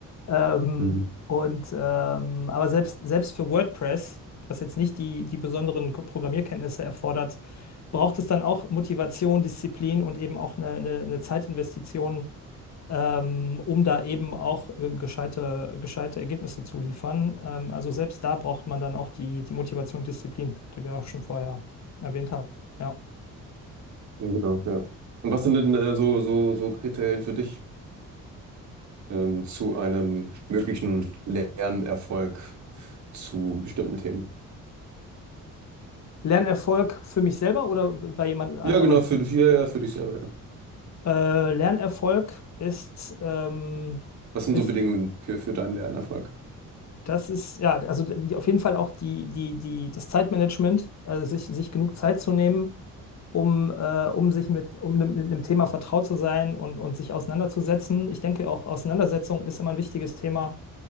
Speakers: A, on the left; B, on the right.
A: Ähm,
B: Mhm.
A: und ähm, aber selbst, selbst für WordPress, was jetzt nicht die, die besonderen Ko- Programmierkenntnisse erfordert, braucht es dann auch Motivation, Disziplin und eben auch eine, eine, eine Zeitinvestition ähm, um da eben auch äh, gescheite, gescheite Ergebnisse zu liefern. Ähm, also selbst da braucht man dann auch die, die Motivation und Disziplin, die wir auch schon vorher erwähnt haben. Ja.
B: Ja, genau, ja. Und was sind denn äh, so, so, so Kriterien für dich ähm, zu einem möglichen Lernerfolg zu bestimmten Themen?
A: Lernerfolg für mich selber oder bei jemand anderem?
B: Ja, genau, für, ja, ja, für dich selber, ja.
A: Äh, Lernerfolg ist, ähm,
B: Was sind
A: ist,
B: so Bedingungen für, für deinen Lernerfolg?
A: das ist, ja, also die, auf jeden Fall auch die, die, die, das Zeitmanagement, also sich, sich genug Zeit zu nehmen um, äh, um sich mit, um nem- mit einem Thema vertraut zu sein und, und sich auseinanderzusetzen. Ich denke auch, Auseinandersetzung ist immer ein wichtiges Thema,